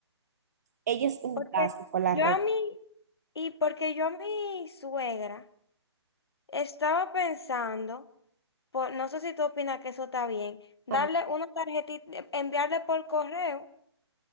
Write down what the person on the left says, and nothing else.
porque
yo
a mi, y porque yo a mi suegra estaba pensando, por, no sé si tú opinas que eso está bien, darle
una tarjetita, eh, enviarle por correo